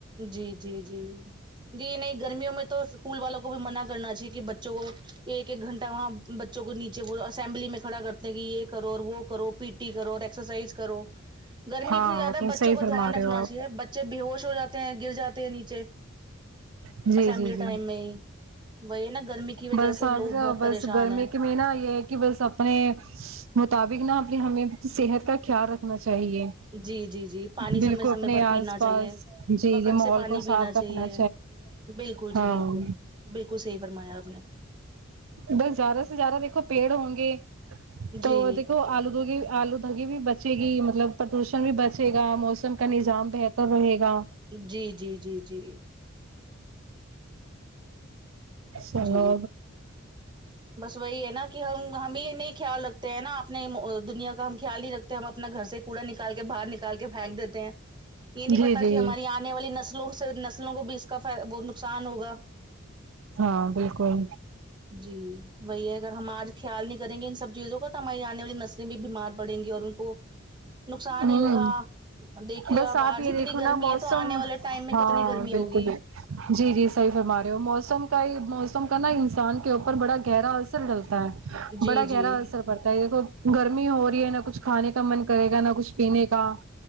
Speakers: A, on the right; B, on the right.
A: جی جی جی جی نہیں گرمیوں میں تو اسکول والوں کو بھی منع کرنا چاہی کی بچوں کو ایک ایک گھنٹہ وہاں بچوں کو نیچے وہ اسمبلی میں کھڑا کرتے ہیں کی یے کرو اور وہ کرو پیٹ ٹی کرو ایکسرسائز کرو گرمی
B: ہاں
A: اتنی زیادہ
B: وہ
A: ہے
B: تو
A: بچوں
B: صحیح
A: کو
B: فرما
A: دھیان رکھنا
B: رہے ہو آپ
A: چاہیے بچ چے بیہوش ہو جاتے ہیں گر جاتے ہیں نیچے
B: جی
A: اسمبلی
B: جی جی
A: ٹائم میں ہی وہی نا گرمی کی وجہ
B: بس
A: سے لوگ بہت پریشان
B: بس گرمی
A: ہیں
B: کے میں نا یے کی بس اپنے مطابق نا اپنی ہمیں صحت کا خیال رکھنا چاہیے
A: جی جی جی پانی
B: بالکل
A: سمے سمے
B: اپنے
A: پر
B: آس
A: پینا
B: پاس
A: چاہیے
B: جی
A: وقت
B: جی ماحول
A: سے پانی
B: کو صاف
A: پینا
B: رکھنا
A: چاہیے بالکل
B: ہاں
A: جی بالکل بالکل صحی فرمایا آپ نے
B: بس زیادہ سے زیادہ دیکھو پیڑ ہوں گے
A: جی
B: تو دیکھو آلودو گے آلود تگی بھی بچے گی مطلب پردوشن بھی بچے گا موسم کا نظام بہتر رہے گا
A: جی جی جی جی
B: چلو
A: جی بس وہی ہے نا کی ہم ہمیں نہیں خیال رکھتے ہیں نا اپنے دنیا کا ہم خیال ہی رکھ تے ہے ہم اپنا گھر سے کوڑا نکال کے باہر نکال کے پھینک دیتے ہیں یے نہیں
B: جی
A: پتا
B: جی
A: کے ہماری آنے والی نسلوں سے نسلوں کو بھی فائ اس کا بہت نقصان ہوگا
B: ہاں بالکل
A: جی وہی ہے اگر ہم آج خیال نہیں کریں گے ان سب چیزوں کا تو ہماری آنے والی نسلیں بھی بیمار پڑیں گی اور ان کو نقصان ہی
B: ہمم
A: ہوگا دیکھ ہی رہے
B: بس
A: ہو
B: آپ
A: آج
B: یے
A: اتنی
B: دیکھو
A: گرمی
B: نا موسم
A: ہے تو آنے والے ٹائم میں
B: ہاں
A: کتنی گرمی
B: بالکل
A: ہوگی
B: بالکل جی جی صحیح فرما رہے ہو موسم کا موسم کا نا انسان کے اوپر بڑا گہرا اثر ڈلتا ہے
A: جی
B: بڑا
A: جی
B: گہرا اثر پڑتا ہے دیکھو گرمی ہو رہی ہے نہ کچھ کھانے کا من کرے گا نہ کچھ پینے کا